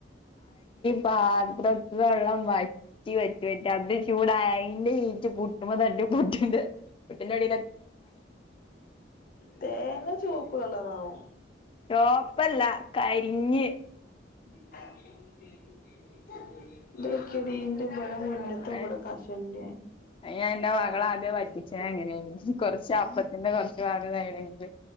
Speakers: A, on the left; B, on the left.
A: പാത്രത്തില വെള്ളം വ പറ്റി പറ്റി പറ്റി അത് ചൂടായി എന്റയും പുട്ടുമ്പതട്ടി പുട്ടിന്റെ പിന്നടി
B: തേങ്ങ ചുവപ്പ് കളറാവോ
A: ചോപ്പല്ല കരിഞ്ഞ്
B: <inaudible> ഇക്കടീന്റെ ഇവിടെ മുന്നത്ത്
A: അയ്
B: ഇവിടെ കഷണ്ടായി
A: ഞാൻ എന്റെ മകളെ ആദ്യം വറ്റിച്ചത് അങ്ങനെയായിരുന്നു കൊറച്ച് അപ്പത്തിന്റെ കൊറച്ച് ഭാഗം ഇതായിണെങ്കില്